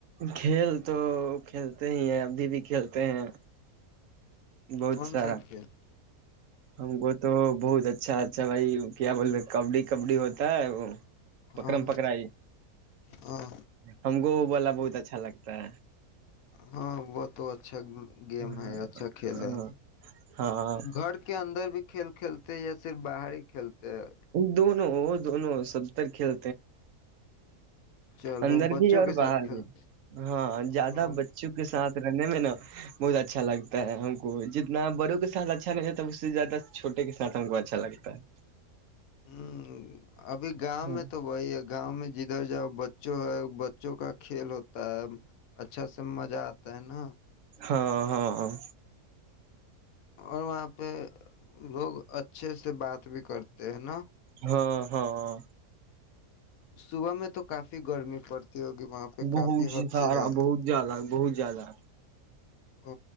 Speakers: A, on the right; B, on the left.
A: کھیل تو کھیلتے ہی ہیں ابھی بھی کھیلتے ہیں بہت
B: کون
A: سارا
B: سا کھیل
A: ہم کو تو بہت اچھا اچھا بھائی کیا بولے کبڈی کبڈی ہوتا ہے وہ
B: ہاں
A: پکرم پکرائی
B: ہاں
A: ہم گ وال بہت اچھا لگتا ہے
B: ہاں وہ تو اچھا گیم
A: ہاں
B: ہے اچھا کھیل ہے
A: ہاں
B: گھر کے اندر بھی کھیل کھیل چلتے یا پھر باہر کھیلتے ہیں
A: دونوں ہو دونوں سب ر کھیل
B: چلو
A: اندر
B: بچوں
A: بھی اور
B: کے ساتھ
A: باہر
B: کھیلتے
A: بھی ہاں زیادہ
B: ہیں۔ ہاں
A: بچوں کے ساتھ رہنے میں نا بہت اچھا لگتا ہے ہم کو جتنا بڑوں کے ساتھ اچھا نہیں ہوتا اس سے زیادہ چھوٹے کے ساتھ ہم کو اچھا لگتا ہے
B: ہوں ابھی گاؤں
A: ہے
B: میں تو وہی ہے گاؤں میں جدھر جاؤ ب ب جو ہے بچوں کا کھیل ہوتا ہے اچھا سے مزہ آتا ہے نا
A: ہاں ہاں ہاں
B: اور وہاں پہ لوگ اچھے سے بات بھی کرتے ہیں نا
A: ہاں ہاں
B: صبح میں تو کافی گرمی پڑتی ہوگی وہاں پہ
A: بہت
B: کافی حد
A: سارا
B: سے زیادہ
A: بہت زیادہ بہت زیادہ
B: ا